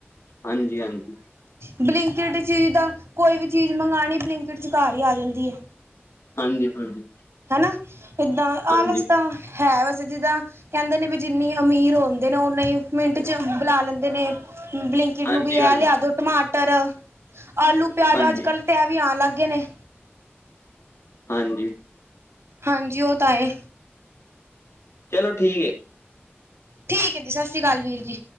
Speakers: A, on the left; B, on the right.
A: ਹਾਂਜੀ- ਹਾਂਜੀ-
B: ਬਲਿੰਕਟ ਚੀਜ਼ ਦਾ ਕੋਈ ਵੀ ਚੀਜ਼ ਮੰਗਾਣੀ ਬਲਿੰਕਟ ਚ ਘਰ ਈ ਆ ਜਾਂਦੀ ਏ।
A: ਹਾਂਜੀ, ਹਾਂਜੀ,
B: ਹੈਨਾ ਇਦਾਂ
A: ਹਾਂਜੀ,
B: ਆਲਸ ਦਾ ਹੈ ਵੈਸੇ ਜਿਦਾਂ ਕਹਿੰਦੇ ਨੇ ਵੀ ਜਿਨੀ ਅਮੀਰ ਹੁੰਦੇ ਨੇ ਉੇਨਹੀ ਮਿੰਟ 'ਚ ਬੁਲਾ ਲੈਂਦੇ ਨੇ ਬਲਿੰਕਟ
A: ਹਾਂਜੀ,
B: ਨੂੰ ਵੀ ਇਹ ਲਿਆ ਦਿਓ ਟਮਾਟਰ ਆਲੂ ਪਿਆਜ
A: ਹਾਂਜੀ,
B: ਅੱਜ
A: ਹਾਂਜੀ,
B: ਕਲ ਤੇ ਇਹ ਵੀ ਆਨ ਲਗ ਗਏ ਨੇ
A: ਹਾਂਜੀ।
B: ਹਾਂਜੀ, ਉਹ ਤਾਂ ਹੈ।
A: ਚਲੋ, ਠੀਕ।
B: ਠੀਕ ਹੈ ਜੀ। ਸਤ ਸ਼੍ਰੀ ਅਕਾਲ, ਵੀਰ ਜੀ।